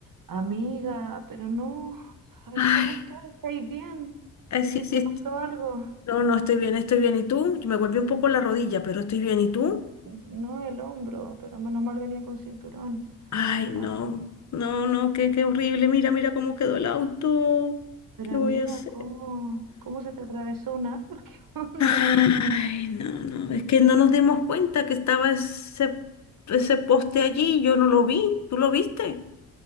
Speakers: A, on the right; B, on the left.
A: Amiga, pero no, ay,
B: Ay,
A: ¿cómo estás? ¿Estáis bien?
B: ay,
A: ¿Qué,
B: sí,
A: qué
B: sí.
A: te pasó algo?
B: No, no, estoy bien, estoy bien. ¿Y tú? Me golpeé un poco la rodilla, pero estoy bien. ¿Y tú?
A: No, el hombro, pero menos mal venía con cinturón.
B: Ay, no,
A: Ah,
B: no, no, qué, qué horrible. Mira, mira cómo quedó el auto.
A: pero
B: ¿Qué
A: amiga,
B: voy a hacer?
A: ¿cómo, cómo se te atravesó un árbol? <laughs> ¿Qué onda?
B: Ay, no, no, es que no nos dimos cuenta que estaba ese, ese poste allí. Yo no lo vi. ¿Tú lo viste?